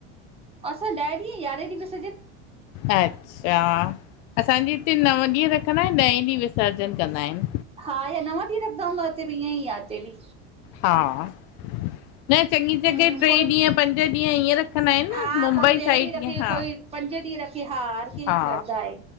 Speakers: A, on the right; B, on the left.
A: असां ॾह ॾींह, यारहें ॾिहं विसजर्न
B: अच्छा! असांजे हिते नव ॾींहं रखंदा आहिनि, ॾहें ॾींहं विसर्जन कंदा आहिनि
A: हा या नव ॾींहं रखंदां हूंदा हिते बि ईअं ई आ ईते बि
B: हा। न चङी जॻह
A: हम्म
B: टे
A: कोई
B: ॾींहं, पंज ॾींहं ईअं रखंदा आहिनि।
A: हा
B: मुंबई
A: कोई टे
B: साइड
A: ॾींहं रखे
B: ईअं हा
A: कोई पंज ॾींह रखी हा, हर कहिंजी
B: हा
A: श्ररदा आहे।